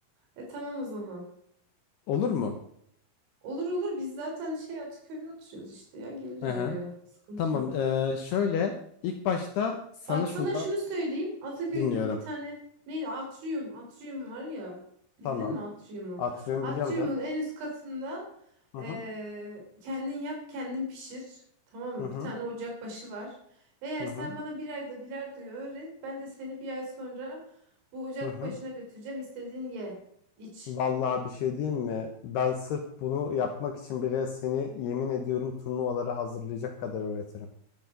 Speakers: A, on the right; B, on the left.
A: E tamam o zaman.
B: Olur mu?
A: Olur olur biz zaten şey Ataköy'de oturuyoruz işte ya geliriz
B: Hı hı.
A: oraya. Sıkıntı
B: Tamam.
A: yok.
B: e, şöyle ilk başta sana
A: Bak
B: şundan
A: sana şunu söyleyeyim. Ataköy'de
B: dinliyorum.
A: bir tane neydi? Atrium. Atrium var ya. Bildin
B: Tamam.
A: mi Atrium'u?
B: Atrium
A: Atrium'un
B: biliyorum canım.
A: en üst katında
B: Hı
A: eee,
B: hı.
A: kendin yap kendin pişir. Tamam mı?
B: Hı hı.
A: Bir tane ocak başı var. Eğer
B: Hı hı.
A: sen bana bir ayda bilardoyu öğret. Ben de seni bir ay sonra bu ocak
B: Hı hı.
A: başına götüreceğim. İstediğin ye. iç.
B: Vallahi bir şey diyeyim mi? Ben sırf bunu yapmak için bile seni yemin ediyorum turnuvalara hazırlayacak kadar öğretirim.